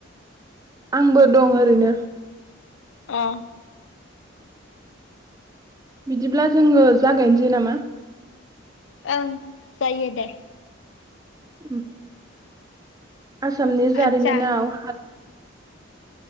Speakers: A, on the right (about 20°); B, on the left (about 65°).
A: आंबो दं ओरैनो।
B: अ
A: बिदिब्ला जोङो जागायनोसै नामा?
B: ओं जायो दे।
A: उम, आसामनि जारिमिनाव
B: आदसा